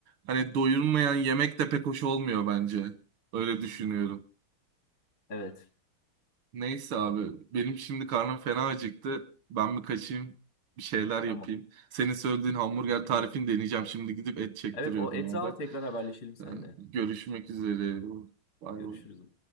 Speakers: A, on the right; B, on the left.
A: hani doyulmayan yemek de pek hoş olmuyor bence. Öyle düşünüyorum.
B: Evet.
A: Neyse abi benim şimdi karnım fena acıktı. Ben bir kaçayım bir şeyler yapayım.
B: Tamam.
A: Senin söylediğin hamburger
B: <laughs>
A: tarifini
B: İyi.
A: deneyeceğim. Şimdi gidip et çektiriyorum
B: Evet o eti
A: abi.
B: al tekrar haberleşelim seninle.
A: Ee, Görüşmek üzere. Bay
B: Görüşürüz.
A: bay.